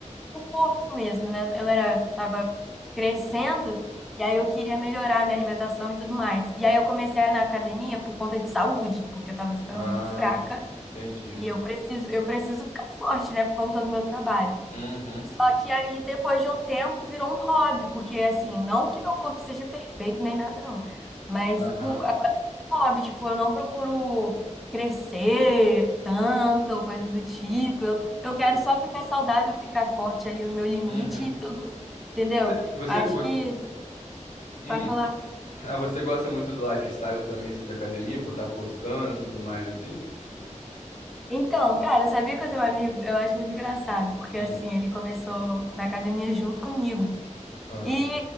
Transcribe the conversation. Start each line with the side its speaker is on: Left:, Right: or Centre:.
Centre: do corpo mesmo, né? Eu era, tava crescendo, e aí eu queria melhorar a minha alimentação e tudo mais. E aí eu comecei a ir na academia por conta de saúde, porque eu estava ficando
Left: Ah,
Centre: muito fraca.
Left: entendi.
Centre: E eu preciso, eu preciso ficar forte, né, por conta do meu trabalho.
Left: Uhum.
Centre: Só que aí, depois de um tempo, virou um hobby, porque assim, não que meu corpo seja perfeito nem nada, não. Mas
Left: Aham.
Centre: o- é um hobby, tipo, eu não procuro crescer tanto, ou coisa do tipo. Eu, eu quero só ficar saudável, ficar forte ali no meu limite
Left: Uhum.
Centre: e tudo, entendeu?
Left: Cê- Você,
Centre: Acho
Left: go-
Centre: que
Left: hum.
Centre: vai falar.
Left: Ah, você gosta muito do lifestyle também, assim, de academia, por estar postando e tudo mais, assim?
Centre: Então, cara, eu sabia que eu tenho um amigo, eu acho muito engraçado, porque
Left: Hum.
Centre: assim, ele começou na academia junto comigo.
Left: Ah.
Centre: E,